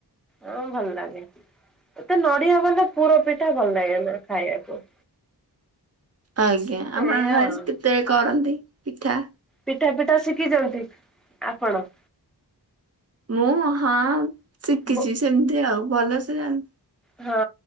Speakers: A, in the centre; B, on the right (about 35°).
A: ହଁ ଭଲ ଲାଗେ ଏତେ ନଡିଆ ବାଲା ପୁର ପିଠା ଭଲ ଲାଗେନା ଖାଇବାକୁ।
B: ଆଜ୍ଞା ଆପଣଙ୍କ
A: ଏଇଆ
B: ଘରେ
A: ଆଉ।
B: କେତେବେଳେ କରନ୍ତି ପିଠା?
A: ପିଠା ପିଠା ଶିଖିଛନ୍ତି ଆପଣ?
B: ମୁଁ ହଁ ଶିଖିଛି
A: ବୋ
B: ସେମିତି ଆଉ ଭଲସେ ଜାଣ
A: ହଁଁ